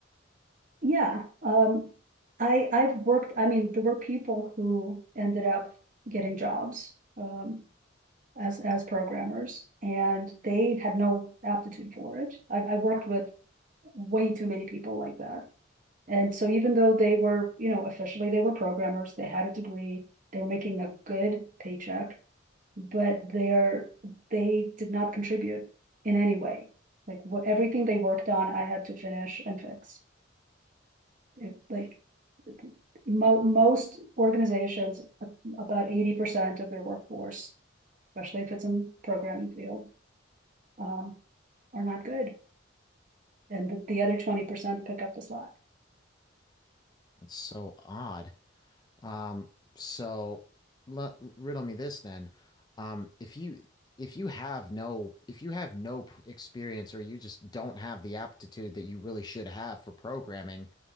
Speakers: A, on the right; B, on the left.
A: yeah, um, I, I've worked, I mean, there were people who ended up getting jobs, um, as, as programmers, and they had no aptitude for it. I, I worked with way too many people like that. And so even though they were, you know, officially they were programmers, they had a degree, they were making a good paycheck, but they're they did not contribute in any way. Like what everything they worked on, I had to finish and fix. It, like mo- most organizations, about eighty percent of their workforce, especially if it's in programming field, um, are not good, and the, the other twenty percent pick up the slack.
B: It's so odd. Um, so let, riddle me this then. Um, if you if you have no if you have no p- experience or you just don't have the aptitude that you really should have for programming,